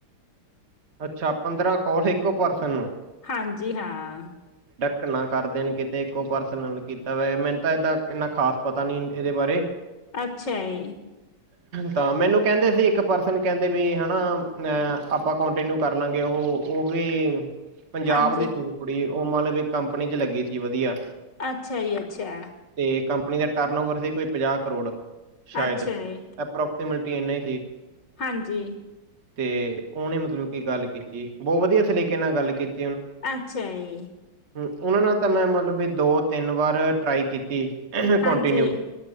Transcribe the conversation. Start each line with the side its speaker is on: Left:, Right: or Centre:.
Right: ਅੱਛਾ ਪੰਦਰਾਂ ਕੋਲ ਇੱਕੋ ਪਰਸਨ ਨੂੰ
Left: ਹਾਂਜੀ ਹਾਂ।
Right: ਘਟਨਾ ਕਰਦੇ ਨੇ ਕਿਤੇ ਇੱਕੋ ਪਰਸਨ ਨਾਲ ਕੀਤਾ ਵਾ ਏ ਮੈਨੂੰ ਤਾਂ ਏਦਾ ਐਨਾ ਖਾਸ ਪਤਾ ਨੀ ਏਦੇ ਬਾਰੇ
Left: ਅੱਛਾ ਜੀ
Right: ਤਾਂ ਮੈਨੂੰ ਕੈਦੇ ਸੀ ਇੱਕ ਪਰਸਨ ਕੈਂਦੇ ਵੀ ਹਨਾ ਅਹ ਆਪਾਂ ਕੰਟੀਨਿਊ ਕਰ ਲਾਂਗੇ ਓਹ ਓ ਵੀ ਪੰਜਾਬ
Left: ਹਾਂਜੀ
Right: ਦੀ ਸੀਗੀ ਕੁੜੀ ਓ ਮਤਲਬ ਇੱਕ ਕੰਪਨੀ ਚ ਲੱਗੀ ਸੀ ਵਧੀਆ
Left: ਅੱਛਾ ਜੀ ਅੱਛਾ।
Right: ਤੇ ਕੰਪਨੀ ਦਾ ਟਰਨ ਓਵਰ ਸੀ ਕੋਈ ਪੰਜਾਹ ਕਰੋੜ ਸ਼ਾਇਦ
Left: ਅੱਛਾ ਜੀ
Right: ਐਪਰੋ ਪੈਮੇਂਟ ਇਨਾ ਹੀ ਸੀ
Left: ਹਾਂਜੀ।
Right: ਤੇ ਓਨੇ ਮਤਲਬ ਕੀ ਗੱਲ ਕੀਤੀ ਬੋਤ ਵਧੀਆ ਸਲੀਕੇ ਨਾਲ ਗੱਲ ਕੀਤੀ।
Left: ਅੱਛਾ ਏ
Right: ਓਨਾਂ ਨਾਲ ਤਾਂ ਮੈਂ ਮਤਲਬ ਵੀ ਦੋ ਤਿੰਨ ਵਾਰ ਟਰਾਈ ਕੀਤੀ। ਕੋਂਟੀਨਿਊ
Left: ਹਾਂਜੀ।